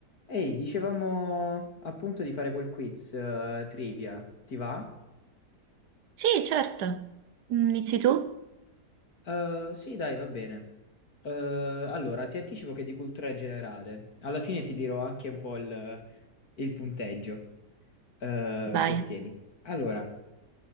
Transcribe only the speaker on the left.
Ehi, dicevamo appunto di fare quel quiz eh, trivia, ti va?
Eh, sì, dai, va bene. Eh, allora, ti anticipo che è di cultura generale. Alla fine ti dirò anche un po' il, il punteggio eh,
che ottieni. Allora,